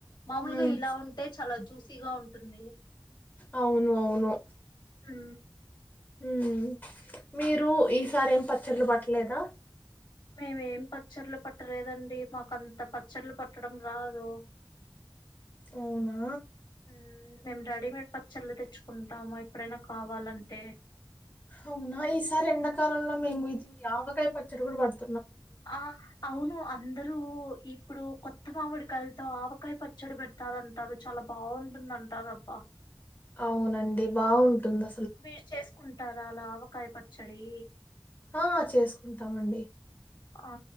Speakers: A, on the left; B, on the left.
A: మామూలుగా
B: హ్మ్.
A: ఇలా ఉంటే చాలా జ్యూసీగా ఉంటుంది.
B: అవును అవును.
A: ఊ
B: ఊ మీరు ఈసారి ఏం పచ్చళ్లు పట్లేదా
A: మేమేం పచ్చడ్లు పట్టలేదండి మాకు అంత పచ్చడ్లు పట్టడం రాదు
B: అవునా
A: ఊ మేము రెడీమేడ్ పచ్చళ్ళ తెచ్చుకుంటాము ఎప్పుడైనా కావాలంటే
B: అవునా ఈసారి ఎండాకాలంలో మేము ఇది ఆవకాయ పచ్చడి కూడా పడుత
A: ఆ అవును అందర్ రు ఇప్పుడు కొత్త మామిడి కాయలతో ఆవకాయ పచ్చడి పెడతారంటారు చాలా బాగుంటుంధంటారు అబ్బా
B: అవునండి బాగుంటుంది.
A: మీర్ చేసు కుంటారాలా ఆవకాయ పచ్చడీ
B: ఆ చేసుకుంటామండి.
A: ఆ